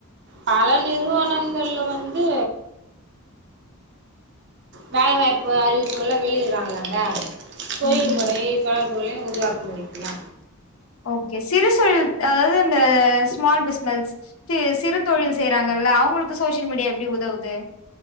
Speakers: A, on the right (about 55°); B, on the left (about 75°).
A: பல நிறுவனங்கள்ல வந்து வேலை வாய்ப்பு அறிவிப்புகல்லா வெளியிடுறாங்கல்லங்க தொழில்
B: ம் ம்
A: முறை தொடர்புகளையு உருவாக்க முடியுங்லா
B: ஓகே சிறுசொழி அதாது இந்த ஸ்மால் பிஸ்னஸ் சி சிறு தொழில் செய்றாங்கல்ல அவங்களுக்கு சோசியல் மீடியா எப்டி உதவுது